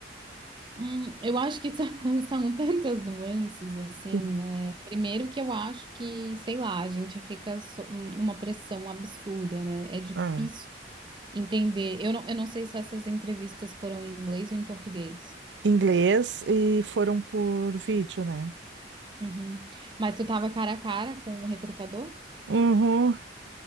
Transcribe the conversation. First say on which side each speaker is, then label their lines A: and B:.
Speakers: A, on the right (about 25°); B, on the right (about 75°).
A: hum, eu acho que <laughs> são são tantas nuances, assim,
B: Sim.
A: né? Primeiro que eu acho que, sei lá, a gente fica so- numa pressão absurda, né? É difícil
B: Ah.
A: entender. Eu não, eu não sei se essas entrevistas foram em inglês ou em português.
B: Inglês e foram por vídeo, né?
A: Uhum. Mas tu tava cara a cara com o recrutador?
B: Uhum,